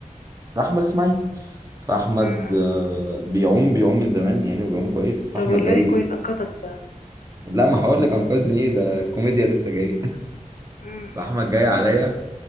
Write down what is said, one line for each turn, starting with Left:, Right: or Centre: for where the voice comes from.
Right: احمد اسماعيل فاحمد
Left: امم امم.
Right: آه، بيعوم بيعوم من زمان يعني وبيعوم كويس فاحمد
Left: طب والله
Right: جاي
Left: كويس انقذك ده
Right: لا ما هقول لك انقذني ايه ده كوميديا لسه جاي
Left: امم
Right: <laughs> فاحمد جاي عليا